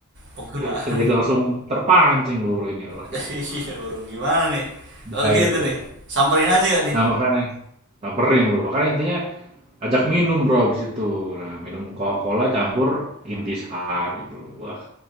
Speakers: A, on the right; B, on the right.
A: penggunaan.
B: Saya jadi langsung terpancing gue Bro ini. Waduh,
A: <laughs> Iya, Bro. Gimana nih?
B: bahaya,
A: Oh gitu
B: Bro.
A: nih. Samperin aja gak nih?
B: Nah, makanya samperin, Bro. Makanya intinya ajak minum, Bro, abis itu. Nah, minum Coca-Cola campur intisari, Bro. Wah,